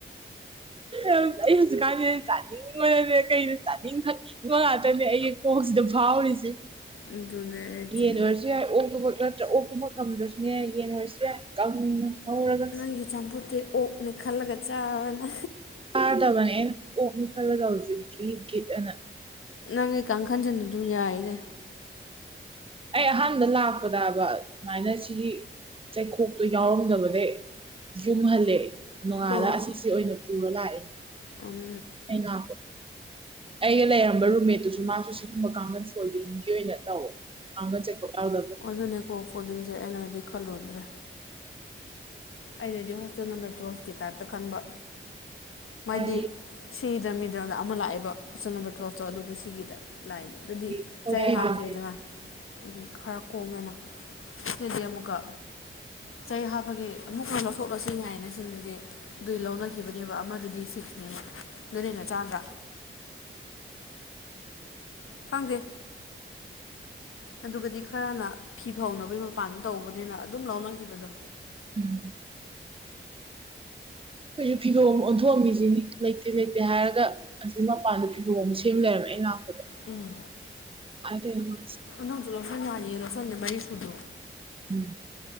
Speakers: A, on the right (about 25°); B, on the left (about 80°).
A: ꯑꯩ ꯍꯧꯖꯤꯛꯀꯥꯟꯁ ꯆꯥꯅꯤꯡꯉꯉꯔꯗꯤ ꯀꯩꯁꯨ ꯆꯥꯅꯤꯡ ꯈꯜꯂꯤ ꯍꯣꯏ ꯉꯥꯛꯇꯅꯦ ꯑꯩ ꯀꯣꯛꯁꯤꯗ ꯐꯥꯎꯔꯤꯁꯦ
B: ꯑꯗꯨꯅꯦ ꯍꯥꯏꯖꯦ
A: ꯌꯦꯟ ꯑꯣꯏꯔꯁꯨ ꯌꯥꯏ ꯑꯣꯛꯛꯇꯕꯛ ꯅꯠꯇ꯭ꯔ ꯑꯣꯛꯀꯨꯝꯕ ꯉꯝꯗ꯭ꯔꯁꯨꯅꯦ ꯌꯥꯏ ꯌꯦꯟ ꯑꯣꯏꯔꯁꯨ ꯌꯥꯏ ꯀꯥꯡꯅ ꯍꯧꯔꯒ
B: ꯅꯪꯒꯤ ꯆꯝꯐꯨꯠꯇꯤ ꯑꯣꯛꯅꯦ ꯈꯜꯂꯒ ꯆꯥꯔꯅ
A: ꯆꯥꯗꯕꯅꯦ ꯑꯅꯥ ꯑꯣꯛꯅ ꯈꯜꯂꯒ ꯍꯧꯖꯤꯛ ꯒꯤ ꯒꯤꯠ ꯑꯅ
B: ꯅꯪꯗꯤ ꯀꯥꯡꯈꯟꯁꯤꯟ ꯑꯗꯨꯝ ꯌꯥꯏꯅꯦ
A: ꯑꯩ ꯑꯍꯥꯟꯕ ꯂꯥꯛꯄꯗꯕ ꯑꯗꯨꯃꯥꯏꯅ ꯁꯤꯒꯤ ꯆꯩꯈꯣꯛꯇꯣ ꯌꯥꯎꯔꯝꯗꯕꯅꯦ ꯌꯨꯝ ꯍꯜꯂꯦ ꯅꯣꯡꯉꯥꯜꯂ
B: ꯑꯣ
A: ꯑꯁꯤꯁꯦ ꯑꯣꯏꯅ ꯄꯨꯔ ꯂꯥꯛꯑꯦꯅꯦ
B: ꯎꯝ
A: ꯑꯩꯅ ꯑꯩꯒ ꯂꯩꯔꯝꯕ ꯔꯨꯝꯃꯦꯠꯇꯨꯁꯨ ꯃꯥꯁꯨ ꯁꯤꯒꯨꯝꯕ ꯀꯥꯡꯒꯟ ꯐꯣꯜꯗꯤꯡꯒꯤ ꯑꯣꯏꯅ ꯇꯧꯋꯦ ꯀꯥꯡꯒꯟ ꯆꯩꯀꯣꯛ ꯌꯥꯎꯗꯕ
B: ꯑꯗꯨꯅꯦꯀꯣ ꯐꯣꯗꯤꯡꯁꯦ ꯑꯩꯅꯒꯗꯤ ꯈꯜꯂꯨꯗ꯭ꯔꯦ ꯑꯩꯅꯗꯤ ꯍꯣꯁꯇꯦꯜ ꯅꯝꯕꯔ ꯇꯨꯋꯜꯐꯀꯤ ꯇꯥꯏꯞꯇ ꯈꯟꯕ
A: ꯍ <inaudible>
B: ꯗꯤ ꯁꯤꯗ ꯃꯤꯗꯜꯗ ꯑꯃ ꯂꯥꯛꯑꯦꯕ ꯀꯣꯏꯁꯟ ꯅꯝꯕꯔ ꯇꯨꯋꯜꯐꯇꯣ ꯑꯗꯨꯒ ꯁꯤꯒꯤꯗ ꯂꯥꯏꯟꯗ ꯑꯗꯨꯗꯤ
A: ꯐꯤꯕꯝ
B: ꯆꯩ ꯍꯥꯞꯇꯦꯗꯅ ꯑꯗꯨꯗꯤ ꯈꯔ ꯀꯣꯝꯃꯦꯅ ꯁꯤꯗꯗꯤ ꯑꯃꯨꯛꯀ ꯆꯍꯤ ꯍꯥꯞꯄꯒꯤ ꯃꯨꯛ ꯂꯕ ꯁꯣꯛꯠꯂꯁꯤ ꯍꯥꯏꯅ ꯁꯤꯁꯤꯡꯅꯗꯤ ꯑꯗꯨꯏ ꯂꯧꯅꯈꯤꯕꯅꯦꯕ ꯑꯃꯗꯨꯗꯤ ꯐꯤꯛꯁꯅꯦꯕ ꯑꯗꯨꯅꯦꯟꯅ ꯆꯥꯗ꯭ꯔꯥ ꯈꯪꯗꯦ ꯑꯗꯨꯒꯗꯤ ꯈꯔꯅ ꯐꯤ ꯐꯧꯅꯕꯒꯤ ꯃꯄꯥꯟꯗ ꯇꯧꯕꯅꯦꯅ ꯑꯗꯨꯝ ꯂꯧꯅꯈꯤꯕꯗꯣ
A: ꯎꯝ ꯀꯩꯁꯨ ꯊꯤꯒ ꯊꯣꯝꯒꯤꯁꯤ ꯂꯩꯇꯦ ꯂꯩꯇꯦ ꯍꯥꯏꯔꯒ ꯑꯁꯤ ꯃꯄꯥꯟꯗ ꯐꯤꯒꯣ ꯑꯃ ꯁꯦꯝ ꯂꯩꯔꯔꯕꯅꯦ ꯑꯩ ꯂꯥꯛꯄꯗ
B: ꯎꯝ
A: ꯑꯗꯨꯗꯣ
B: ꯅꯪꯁꯨ ꯂꯧꯁꯟ ꯋꯥꯅꯤꯌꯦ ꯂꯧꯁꯟꯗꯦ ꯃꯔꯤ ꯁꯨꯗ꯭ꯔꯣ
A: ꯎꯝ